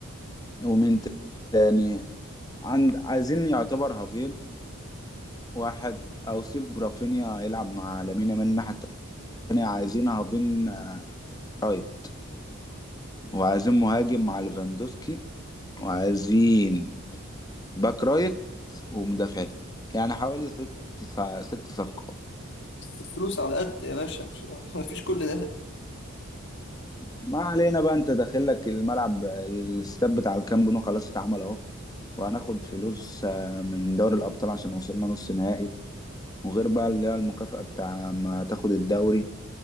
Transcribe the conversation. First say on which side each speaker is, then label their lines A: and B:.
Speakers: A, on the left; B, on the left.
A: ومين تاني عند عايزين يعتبر هافين واحد او سيب رافينيا يلعب مع لامين يامال الناحيه التانيه عايزين هافين آه، رايت وعايزين مهاجم مع ليفاندوسكي وعايزين باك رايت ومدافعين يعني حوالي ست سع- ست صفقات
B: بس الفلوس على قد يا باشا مش <laughs> مفيش كل ده
A: ما علينا بقى انت داخل لك الملعب الاستاد بتاع الكامب نو خلاص اتعمل اهو وهناخد فلوس آه، من دوري الأبطال عشان وصلنا نص نهائي وغير بقى اللي هي المكافأة بتاع ما تاخد الدوري